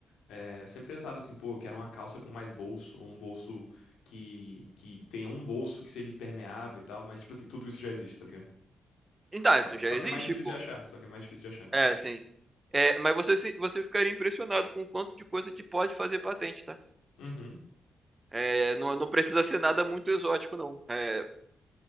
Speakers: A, on the left; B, on the right.
A: é, eu sempre pensava assim, pô, eu quero uma calça com mais bolso, ou um bolso que, que tenha um bolso que seja impermeável e tal, mas tipo assim, tudo isso já existe, tá ligado?
B: Então,
A: Só,
B: é, tu
A: só
B: já existe,
A: que é mais difícil
B: pô.
A: de achar, só que é mais difícil de achar.
B: É, sim. É, mas você, se- você ficaria impressionado com o quanto de coisa que pode fazer patente, tá?
A: Uhum.
B: É, não, não precisa ser nada muito exótico, não. É,